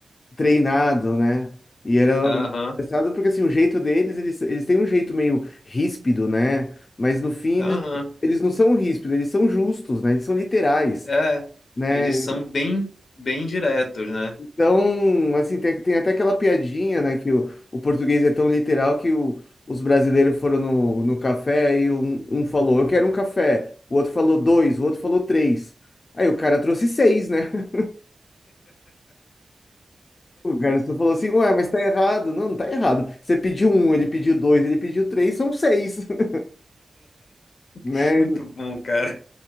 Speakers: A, on the left; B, on the left.
A: treinado, né? E era
B: aham,
A: engraçado porque assim, o jeito deles, eles, eles têm um jeito meio ríspido, né? Mas no fim
B: aham.
A: eles, eles não são ríspidos, eles são justos, né? Eles são literais,
B: É,
A: né?
B: eles são bem, bem diretos, né?
A: Então, assim, tem, tem até aquela piadinha, né, que o, o português é tão literal que o- os brasileiros foram no, no café e um, um falou, eu quero um café, o outro falou dois, o outro falou três. Aí o cara trouxe seis, né? O garçom falou assim, ué, mas tá errado. Não, não tá errado. Você pediu um, ele pediu dois, ele pediu três, são seis, <laughs> né?
B: <laughs> Muito bom, cara.